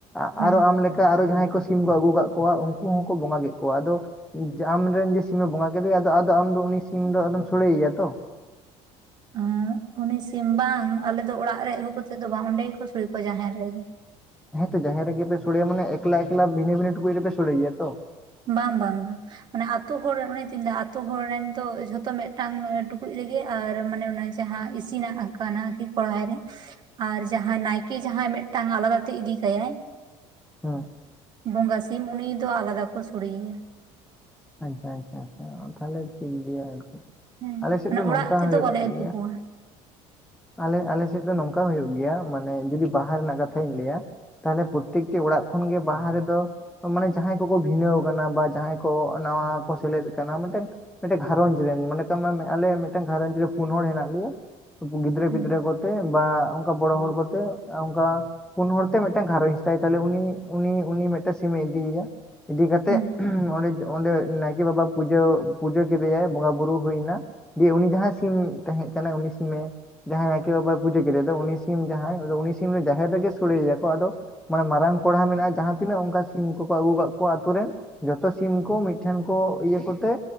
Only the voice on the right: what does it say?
ᱦᱮᱸ
ᱦᱩᱸ ᱩᱱᱤ ᱥᱤᱢ ᱵᱟᱝ ᱟᱞᱮ ᱫᱚ ᱚᱲᱟᱜ ᱨᱮ ᱟᱹᱜᱩ ᱠᱟᱛᱮᱫ ᱫᱚ ᱵᱟᱝ ᱚᱸᱰᱮ ᱜᱮᱠᱚ ᱥᱳᱲᱮ ᱠᱚᱣᱟ ᱡᱟᱦᱮᱨ ᱨᱮᱜᱮ᱾
ᱵᱟᱝ ᱵᱟᱝ ᱵᱟᱝ ᱢᱟᱱᱮ ᱟᱛᱳ ᱦᱚᱲᱨᱮᱱ ᱢᱟᱱᱮ ᱪᱮᱫᱤᱧ ᱞᱟᱹᱭᱟ ᱟᱛᱳ ᱦᱚᱲ ᱨᱮᱱ ᱛᱚ ᱡᱷᱚᱛᱚ ᱢᱤᱫᱴᱟᱝ ᱴᱩᱠᱩᱡ ᱨᱮᱜᱮ ᱟᱨ ᱢᱟᱱᱮ ᱟᱱᱟ ᱡᱟᱦᱟᱸ ᱤᱥᱤᱱᱟᱜ ᱟᱠᱟᱱᱟ ᱠᱤ ᱠᱚᱲᱦᱟᱭ ᱨᱮ ᱟᱨ ᱡᱟᱦᱟᱸᱭ ᱱᱟᱭᱠᱮ ᱡᱟᱦᱟᱸᱭ ᱢᱤᱫᱴᱟᱝ ᱟᱞᱟᱫᱟᱛᱮ ᱤᱫᱤ ᱠᱟᱭᱟᱭ
ᱵᱚᱸᱜᱟ ᱥᱤᱢ ᱩᱱᱤ ᱫᱚ ᱟᱞᱟᱫᱟ ᱠᱚ ᱥᱳᱲᱮᱭᱟ᱾
ᱦᱮᱸ
ᱢᱟᱱᱮ
ᱚᱲᱟᱜ ᱛᱮᱫᱚ
ᱵᱟᱞᱮ ᱟᱹᱜᱩ
ᱠᱚᱣᱟ
ᱦᱮᱸ
ᱦᱮᱸ